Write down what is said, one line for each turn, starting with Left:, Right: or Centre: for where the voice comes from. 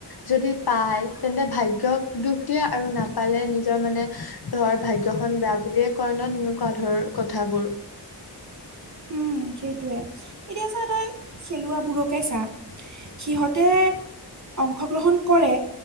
Left: যদি পায়, তেন্ত ভাগ্যক দুখ দিয়ে আৰু নাপালে নিজৰ মানে ধৰ ভাগ্য খন বেয়া বুলিয়ে কয় তেনেকুৱা ধৰ কথাবোৰ।
Right: উম, সেইটোৱে। এতিয়া চা তই খেলুৱাবোৰকে চা। সিহঁতে অংশগ্ৰহণ কৰে।